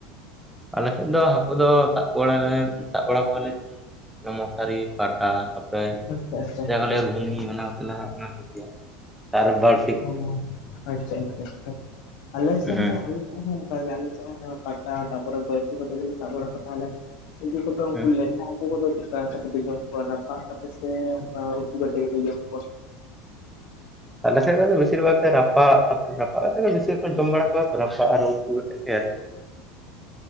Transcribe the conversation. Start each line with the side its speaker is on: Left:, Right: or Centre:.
Centre: ᱟᱞᱮᱥᱮᱫ ᱫᱚ ᱦᱟᱹᱠᱩ ᱫᱚ ᱥᱟᱵ ᱠᱚ ᱵᱟᱲᱟᱞᱮ ᱥᱟᱵ ᱵᱟᱲᱟ ᱠᱚᱣᱟᱞᱮ ᱢᱚᱥᱟᱨᱤ ᱠᱟᱴᱟᱼᱼ ᱦᱚᱭ
Left: ᱟᱪᱪᱷᱟ ᱟᱪᱪᱷᱟ
Centre: ᱡᱟ ᱜᱮᱞᱮ ᱠᱚ ᱞ ᱜᱷᱩᱱᱤ <unintelligible> ᱠᱟᱱᱟ ᱦᱟᱸᱜ ᱠᱚᱜᱮ ᱟᱨ ᱵᱟᱨ
Left: ᱚ ᱟᱪᱪᱷᱟ ᱟᱪᱪᱷᱟ ᱟᱪᱷᱟ ᱟᱞᱮ ᱥᱮᱫ
Centre: ᱦᱮᱸ
Left: ᱦᱚᱸ ᱟᱞᱮᱼᱼ ᱦᱚᱸ ᱚᱱᱠᱟ ᱜᱮ ᱟᱞᱮ ᱥᱮᱫ ᱦᱚᱸ ᱯᱟᱴᱟ ᱛᱟᱯᱚᱨᱮ ᱵᱟᱹᱲᱥᱤ ᱠᱚᱛᱮ ᱜᱮᱞᱮ ᱥᱟᱵ ᱵᱟᱲᱟ ᱠᱟᱜ ᱠᱚᱣᱟ ᱞᱮ᱾ ᱤᱭᱟᱹ ᱠᱚᱫᱚ ᱩᱱᱠᱩ
Centre: ᱦᱮᱸ
Left: ᱞᱟᱴᱷᱟᱼᱼ ᱩᱱᱠᱩ ᱠᱚᱫᱚ ᱪᱮᱫᱠᱟ ᱠᱟᱛᱮ ᱯᱮ ᱡᱚᱢ ᱠᱚᱣᱟ ᱨᱟᱯᱟᱜ ᱠᱟᱛᱮᱜ ᱥᱮ ᱚᱱᱠᱟ ᱩᱛᱩ ᱠᱟᱛᱮᱜ ᱜᱮᱯᱮ ᱡᱚᱢ ᱠᱚᱣᱟ᱾
Centre: ᱛᱟᱦᱮ ᱫᱚ ᱵᱮᱥᱤᱨ ᱵᱷᱟᱜᱽ ᱨᱟᱯᱟᱜ ᱛᱚᱨ ᱨᱟᱯᱟᱜ ᱠᱟᱛᱮ ᱫᱚ ᱵᱮᱥᱤᱨ ᱡᱚᱢ ᱵᱟᱲᱟ ᱠᱚᱣᱟ ᱨᱟᱯᱟᱜ ᱟᱨ ᱩᱱᱠᱩ ᱠᱟᱛᱮ ᱜᱮ